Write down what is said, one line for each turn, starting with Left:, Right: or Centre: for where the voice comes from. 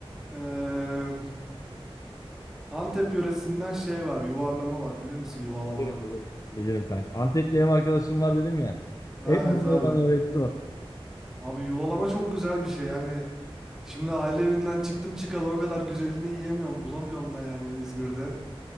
Centre: eee Antep yöresinden şey var, yuvarlama var bilir misin yuvalama?
Left: Bilirim bilirim. Bilirim kanka. Antepli ev arkadaşım var dedim ya.
Centre: Evet
Left: Hep bunları
Centre: abi.
Left: bana öğretti o.
Centre: Abi yuvalama çok güzel bir şey yani. Şimdi aile evinden çıktım çıkalı o kadar güzelini yiyemiyorum, bulamıyorum da yani İzmir'de.